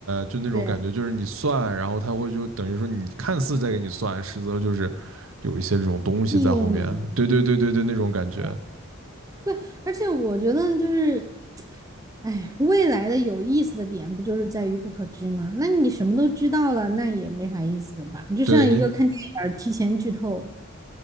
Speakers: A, on the right; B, on the right.
A: 就那种感觉，
B: 对，
A: 就是你算，然后他会就等于说你看似在给你算，实则就是有一些这种东西在后面。
B: 利用你啊，
A: 对对对对对，那种感觉。
B: 对。对，而且我觉得就是，哎，未来的有意思的点不就是在于不可知吗？那你什么都知道了，那也没啥意思了吧？就像一个看电影儿提前剧透，
A: 对你，